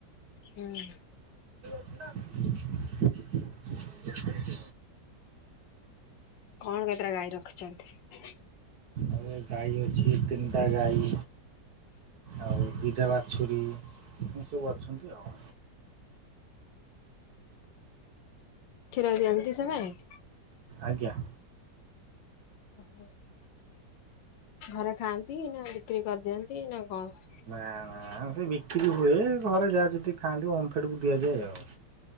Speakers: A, on the left; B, on the right.
A: ହୁଁ
B: <unintelligible>
A: କଣ କେତେଟା ଗାଈ ରଖିଛନ୍ତି
B: ଆ ଗାଈ ଅଛି ତିନିଟା ଗାଈ ଆଉ ଦିଟା ବାଛୁରୀ ଏ ସବୁ ଅଛନ୍ତି ଆଉ
A: କ୍ଷୀର ଦିଅନ୍ତି କି ସେମାନେ
B: ଆଜ୍ଞା
A: ଓ ହୋ ଘରେ ଖାଆନ୍ତି ନା ବିକ୍ରି କରିଦିଅନ୍ତି ନା କଣ
B: ନା ନା ସେ ବିକ୍ରି ହୁଏ ଘରେ ଯାହା ସେତିକି ଖାଆନ୍ତି ଓମଫେଡକୁୁ ଦିଆଯାଏ ଆଉ